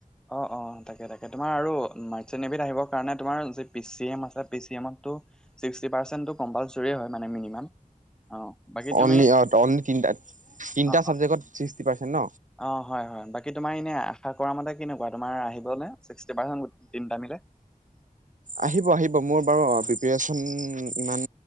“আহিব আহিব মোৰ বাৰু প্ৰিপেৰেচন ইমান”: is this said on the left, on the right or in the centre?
Right